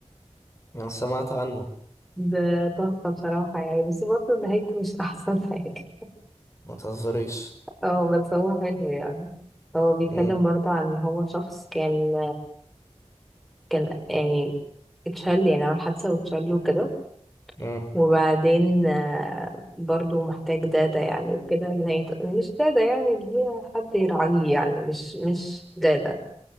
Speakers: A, on the left; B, in the centre.
A: انا سمعت عنه
B: ده تحفة بصراحة يعني بس برضه نهايته مش <laughs> أحسن حاجة
A: ما تهزريش
B: اه بس هو حلو يعني هو بيتكلم
A: امم
B: برضه عن ان هو شخص كان كان يعني اتشل يعني عمل حادثة واتشل وكده
A: امم
B: وبعدين آه، برضه محتاج دادة يعني وكده إن هي- مش دادة يعني اللي هي حد يراعيه يعني مش مش دادة